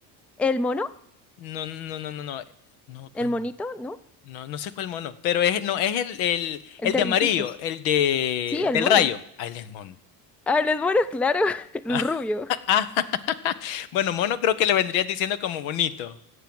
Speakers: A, in the centre; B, on the left.
A: el mono,
B: No, no, no, no, no, no, ¿cuál?
A: el monito, ¿no?
B: No, no sé cuál mono, pero es, no, es el, el,
A: El
B: el
A: de
B: de
A: risitos.
B: amarillo, el de,
A: Sí,
B: el
A: el
B: del
A: mono.
B: rayo. Ah, él es mono.
A: Ah, el mono, claro, <laughs> el
B: Ah,
A: rubio.
B: <laughs> ah, <laughs> Bueno, mono creo que le vendrías diciendo como bonito.